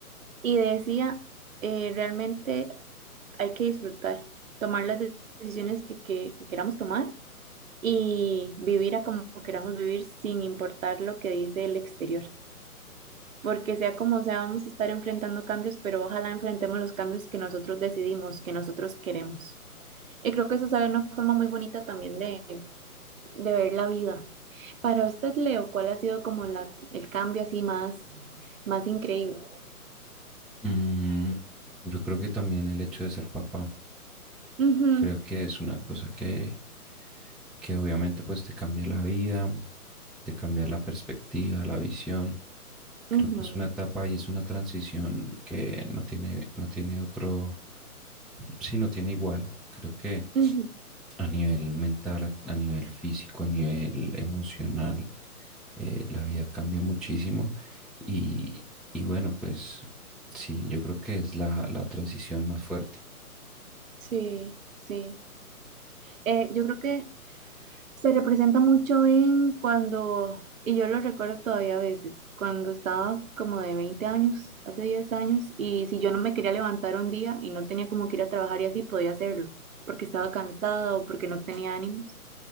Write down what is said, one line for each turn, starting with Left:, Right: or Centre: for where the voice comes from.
Right: y decía, eh, realmente hay que disfrutar, tomar las de- decisiones que, que- que queramos tomar y vivir a como queramos vivir sin importar lo que dice el exterior. Porque sea como sea, vamos a estar enfrentando cambios, pero ojalá enfrentemos los cambios que nosotros decidimos, que nosotros queremos. Y creo que eso es una forma muy bonita también de, de ver la vida. Para usted, Leo, ¿cuál ha sido como la, el cambio así más, más increíble?
Centre: Mm, yo creo que también el hecho de ser papá
Right: Ujú,
Centre: Creo que es una cosa que, que obviamente pues te cambia la vida, te cambia la perspectiva, la visión. Creo
Right: ujú,
Centre: que es una etapa y es una transición que no tiene, no tiene otro, sí, no tiene igual. Creo que
Right: ujú.
Centre: a nivel mental, a, a nivel físico, a nivel emocional, eh, la vida cambia muchísimo. Y, y bueno, pues sí, yo creo que es la, la transición más fuerte.
Right: Sí, sí. Eh, yo creo que Se representa mucho en cuando, y yo lo recuerdo todavía a veces, cuando estaba como de 20 años, hace 10 años, y si yo no me quería levantar un día y no tenía como que ir a trabajar y así, podía hacerlo, porque estaba cansada o porque no tenía ánimos.